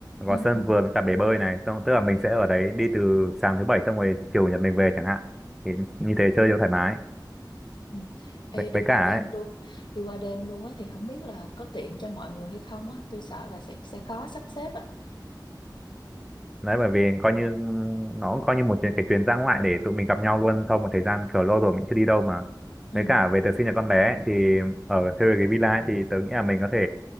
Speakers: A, on the left; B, in the centre.
A: ừ
B: có sân
A: ừ
B: vườn với cả bể bơi này xong tức là mình sẽ ở đấy đi từ sáng thứ bảy xong rồi chiều nhật mình về chẳng hạn thì như thế chơi cho thoải mái
A: Ừ. Ê,
B: với,
A: đi
B: với
A: qua
B: cả
A: đêm
B: ấy,
A: luôn đi qua đêm luôn á thì không biết là có tiện cho mọi người hay không á tôi sợ là sẽ sẽ khó sắp xếp á
B: đấy bởi vì coi như nó cũng coi như một chuyện- cái chuyến ra ngoại để tụi mình gặp nhau luôn sau một thời gian kiểu lâu rồi mình chưa đi đâu mà
A: ừ.
B: với cả về tớ sinh nhật con bé ấy, thì ở thuê cái villa ấy, thì tớ nghĩ là mình có thể